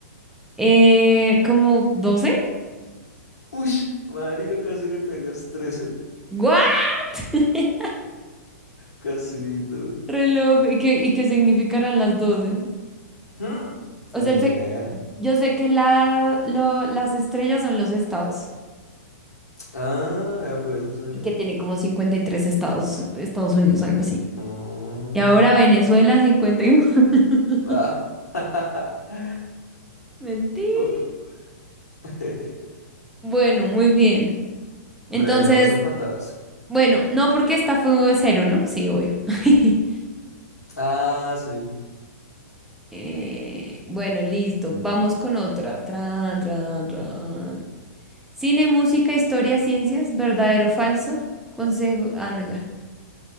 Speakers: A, in the centre; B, on the left.
A: eh, ¿como doce
B: Ush, marica, casi le pegas trece,
A: ¿What? <laughs>
B: Casito.
A: Re loco. ¿Y qué, y qué significarán las doce
B: Hmm,
A: O
B: Ni
A: sea, sé-
B: idea.
A: yo sé que la, lo- las estrellas son los estados
B: Ah, ya pues, no sabía.
A: y que tiene como 53 estados, Estados Unidos, algo así.
B: Mm.
A: Y ahora Venezuela 51. <laughs>
B: Ah. <laughs>
A: Mentira.
B: Uy. <laughs>
A: Bueno, muy bien.
B: Breve,
A: Entonces...
B: vamos empatados.
A: Bueno, no, porque esta fue cero, ¿no? Sí, obvio. <laughs>
B: Ah, sí.
A: Eh, bueno, listo. Vamos con otra. Tran, tran, tran. Cine, música, historia, ciencias, verdadero o falso. Consejo. Ah, no, ya.